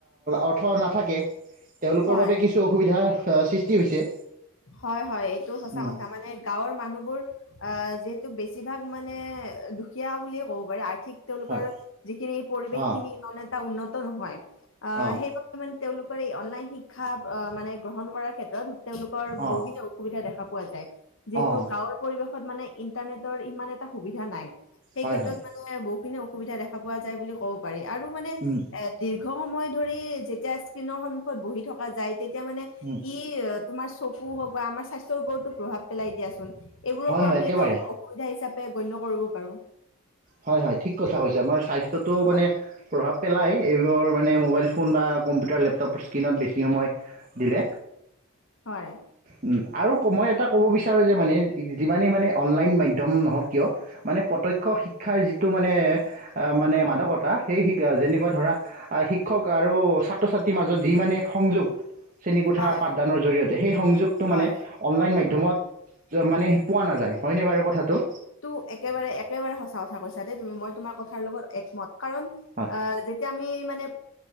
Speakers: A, on the right (about 35°); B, on the left (about 60°).
A: অৰ্থ নাথাকে তেওঁলোকৰ
B: হয়
A: বাবে কিছু অসুবিধা সৃষ্টি ষ্টি হৈছে।
B: হয়, হয়। এইটো সঁচা
A: উম,
B: কথা, মানে গাঁৱৰ মানুহবোৰ আ যিহেতু বেছিভাগ মানে দুখীয়া বুলিয়ে ক'ব পাৰি। আৰ্থিক তেওঁলোকৰ
A: হয়
B: যিখিনি পৰিৱেশ
A: অঁ
B: খিনি মানে এটা উন্নত নহয়। অ',
A: অঁ
B: সেইবাবে মান তেওঁলোকৰ এই অনলাইন শিক্ষা মানে গ্ৰহণ কৰাৰ ক্ষেত্ৰতলোক বহুখিনি
A: অঁ
B: অসুবিধা দেখা পোৱা যায় যিহেতু
A: অঁ
B: গাঁৱৰ পৰিৱেশ মানে ইণ্টাৰনেটৰ ইমান এটা সুবিধা নাই সেই
A: হয়
B: ক্ষেত্ৰত
A: হয়
B: মানে খিনি অসুবিধা দেখা পোৱা যায় বুলি ক'ব পাৰি আৰু মানে
A: উম,
B: দীৰ্ঘ সময় ধৰি যেতিয়া স্কণনৰ সন্মুখত বহি থকা যায়। তেতিয়া মানে
A: উম,
B: ই, তোমাৰ চকু হওক বা আমাৰ স্বাস্থ্যৰওৰতো প্ৰভাৱ পেলাই দিয়াচোন। এইবোৰকো
A: হয় হয়
B: আমি
A: একেবাৰে
B: এটা অসুবিধা হিচাপে, গণ্য কৰিব পাৰো।
A: হয় হয় ঠিক কথা কৈছে আমাৰ স্বাস্থ মানে
B: হয়
A: প্ৰভাৱ পেলাই এইবোৰ, মানে মোবাইল ফোন বা কম্পিউটাৰ লেপটপ স্ক্ৰীণত বেছি সময় দিলে।
B: হয়
A: উম আৰু মই এটা ক'ব বিচাৰোঁ যে মানে যিমানেই মানে অনলাইন মাধ্যম নহওঁক কিয় মানে প্ৰত্যক্ষ শিক্ষক শিক্ষাৰ যিটো মানে মানে মাদকতা সেই শিক্ষা যেনেকুৱা ধৰা শিক্ষা শিক্ষক আৰু ছাত্ৰ ছাত্ৰীৰ মাজত যি মানে সংযোগ, চেনী কোঠাৰ
B: হয়
A: পাঠদানৰ জৰিয়তে সেই সংযোগটো
B: হয়
A: মানে অনলাইন মাধ্যম ধুমত মানে পোৱা নাযায় হয়নে বাৰু কথাটো
B: তো একেবাৰে একেবাৰে সঁচা কথা কৈছা দেই তুমি মই তোমাৰ কথাৰ লগত একমত। কাৰণ
A: হয়
B: অ যেতিয়া আমি মানে